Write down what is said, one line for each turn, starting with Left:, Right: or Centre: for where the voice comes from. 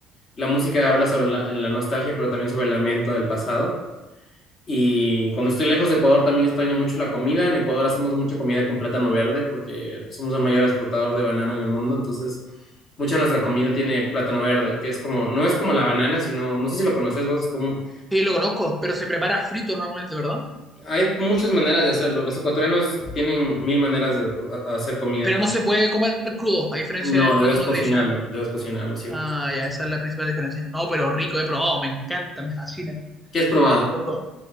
Left: La música habla sobre la, la nostalgia, pero también sobre el lamento del pasado. Y cuando estoy lejos de Ecuador también extraño mucho la comida. En Ecuador hacemos mucha comida con plátano verde porque somos el mayor exportador de banano en el mundo. Entonces, mucha de nuestra comida tiene plátano verde, que es como, no es como la banana, sino, no sé si lo conoces vos, es como,
Centre: Sí, lo conozco, pero se prepara frito normalmente, ¿verdad?
Left: hay muchas maneras de hacerlo. Los ecuatorianos tienen mil maneras de a- hacer comida.
Centre: Pero
Left: como-
Centre: no se puede comer crudo, a diferencia
Left: No,
Centre: del
Left: debes
Centre: plátano
Left: cocinarlo,
Centre: tradicional.
Left: debes cocinarlo siempre.
Centre: Ah, ya, esa es la principal diferencia. No, pero rico, he probado, me encanta, me fascina.
Left: ¿Qué has probado?
Centre: Lo he probado,